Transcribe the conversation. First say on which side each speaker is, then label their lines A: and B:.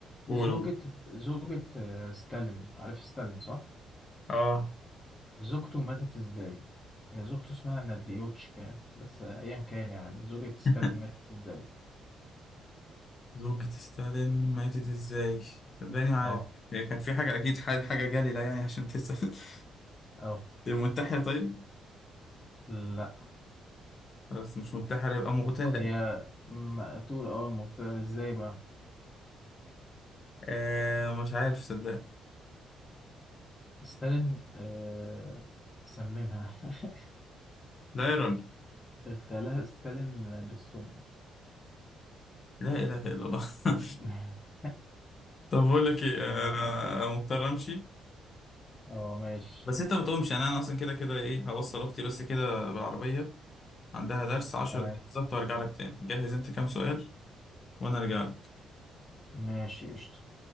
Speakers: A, on the left (about 45°); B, on the left (about 25°).
A: قول
B: زوجة زوجة آه، ستالين عارف ستالين صح؟
A: اه
B: زوجته ماتت إزاي؟ هي زوجته اسمها ناديوتشكا بس آه، أيا كان يعني زوجة ستالين
A: <laughs>
B: ماتت إزاي؟
A: زوجة ستالين ماتت ازاي؟ صدقني ما عارف
B: أه
A: يعني كان في حاجة أكيد ح- حاجة جليلة يعني عشان تسأل <laughs>
B: أه
A: منتحرة طيب؟
B: لا
A: بس مش منتحرة يبقى مغتالة
B: هي مقتول اه مقتولة ازاي بقى
A: آه مش عارف صدقني
B: ستالين آه سممها <laughs>
A: لا يا راجل
B: اغتالها ستالين بالسم
A: لا إله إلا الله <laughs>
B: <laughs>
A: طب بقول لك إيه
B: اه
A: أنا مضطر أمشي
B: آه، ماشي
A: بس انت ما تقومش يعني انا اصلا كده كده ايه هوصل اختي بس كده بالعربيه عندها درس 10
B: تمام
A: دقايق بالظبط وارجع لك تاني جهز انت كام سؤال وانا ارجع لك
B: ماشي قشطة